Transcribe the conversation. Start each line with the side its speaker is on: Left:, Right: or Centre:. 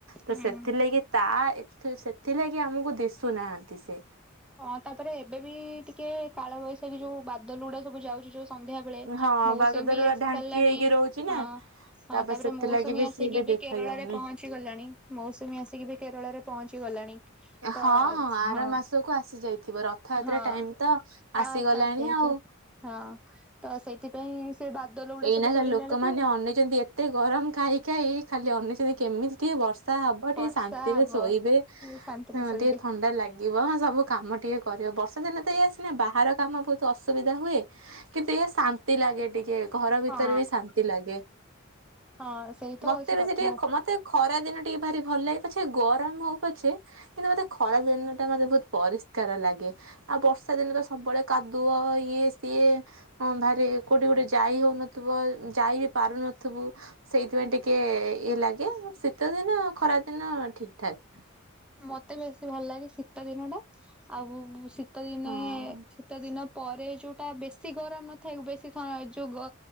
Right: ତ
Centre: ହୁଁ
Right: ସେଥିଲାଗି ତା ଏ <unintelligible> ଥିଲାଗି ଆମକୁ ଦିଶୁନାହାନ୍ତି ସେ।
Centre: ହଁ ତାପରେ ଏବେ ବି ଟିକେ କାଳବୈଶାଖୀ ଯୋଉ ବାଦଲଗୁଡା ସବୁ ଯାଉଛି ଯୋଉ ସନ୍ଧ୍ୟା ବେଳେ
Right: ହଁ
Centre: ମୌସୁମୀ
Right: ବାଗଦାରୁରା
Centre: ବି ଆସି
Right: ଢାଙ୍କି
Centre: ସାରିଲାଣି।
Right: ହେଇକି ରହୁଛି ନା
Centre: ହଁ ତାପରେ
Right: ସେଥିଲାଗି
Centre: ମୌସୁମୀ
Right: ବି
Centre: ଆସିକି
Right: ସିଏ ଦେଖା
Centre: ବି କେରଳରେ
Right: ଯାଉନି।
Centre: ପହଞ୍ଚି ଗଲାଣି। ମୌସୁମୀ ଆସିକି ବି କେରଳରେ ପହଞ୍ଚ୍। <unintelligible> ଗଲାଣି ତ
Right: ହଁ ଆର
Centre: ହଁ।
Right: ମାସକୁ ଆସି ଯାଇ। ଥିବ। ରଥଯାତ୍ରା
Centre: ହଁ
Right: ଟାଇମ ତ ଆସିଗଲାଣି
Centre: ଆ ହା ସେଇଠୁ
Right: ଆଉ।
Centre: ହଁ ତ ସେଇଥିପାଇଁ ସେ ବାଦଲ ଗୁଡା
Right: ଏଇନା
Centre: ସବୁ
Right: ଖାଲି
Centre: ଚାଲିଲା
Right: ଲୋକମାନେ
Centre: ବେଳକୁ
Right: ଅନେଇଛନ୍ତି ଏତେ ଗରମ ଖାଇ ଖାଇ ଖାଲି ଅନି କେମିତି ଟିକେ ବର୍ଷା ହବ ଟିକେ
Centre: ବର୍ଷା
Right: ଶାନ୍ତିରେ
Centre: ହବ।
Right: ଶୋଇବେ।
Centre: ଶାନ୍ତିରେ
Right: ହୁଁ
Centre: ଶୋଇବେ
Right: ଟିକେ ଥଣ୍ଡା ଲାଗିବ। ହଁ ସବୁ କାମ ଟିକେ କରିହବ। ବର୍ଷା ଦିନ ତ ଏଇଆ ସିନା ବାହାର କାମ ବହୁତ ଅସୁବିଧା ହୁଏ। କିନ୍ତୁ ଏ ଓ ଶାନ୍ <unintelligible> ଲାଗେ ଟିକେ। ଘର ଭିତରେ
Centre: ହଁ
Right: ବି ଶାନ୍ତି ଲାଗେ।
Centre: ହଁ ସେଇ ତ
Right: ମତେ
Centre: ହଉଛି
Right: ବେଶୀ
Centre: କଥା।
Right: ଟିକେ ମତେ ଖରା ଦିନ ଟିକେ ଭାରି ଭଲ ଲାଗେ ପଛେ ଗରମ ହଉ ପଛେ କିନ୍ତୁ ମୋତେ ଖରା ଦିନ ଟା ମୋତେ ବହୁତ ପରିଷ୍କାର ଲାଗେ। ଆଉ ବର୍ଷା ଦିନେ ତ ସବୁବେଳେ କାଦୁଅ ଇଏ ସିଏ ଭାରି କୋଉଠି ଗୋଟେ ଯାଇ ହୋଉନଥିବ ଯାଇ ବି ପାରୁନଥିବୁ ସେଇଥିପାଇଁ ଟିକେ ଇଏ ଲାଗେ ଶୀତ ଦିନ ଖରାଦିନ ଠିକ ଠାକ୍।
Centre: ମୋତେ ବେଶୀ ଭଲ ଲାଗେ ଶୀତ ଦିନ ଟା ଆଉ ଶୀ ଶୀତ ଦିନେ
Right: ହଁ
Centre: ଶୀତ ଦିନ ପରେ ଯୋଉଟା ବେଶୀ ଗରମ ନଥାଏ ବେଶୀ ଥ ଗ